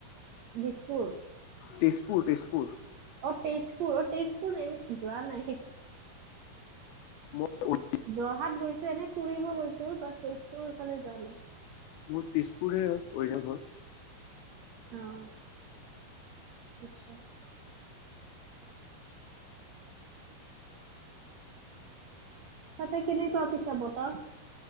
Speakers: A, on the right; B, on the left.
A: দিছপুৰ
B: তেজপুৰ তেজপুৰ।
A: অ তেজপুৰ অ তেজপুৰ এনে যোৱা নাই
B: ম উ <unintelligible>
A: যোৰহাট গৈছো এনেই ফুৰিব গৈছো বাট তেজপুৰ ফালে যোৱা নাই।
B: মই তেজপুৰ হে হৈ অৰ্জিনেল ঘৰ।
A: অহ আচ্ছা। তাতে কেনেকুৱা পিছে বতৰ?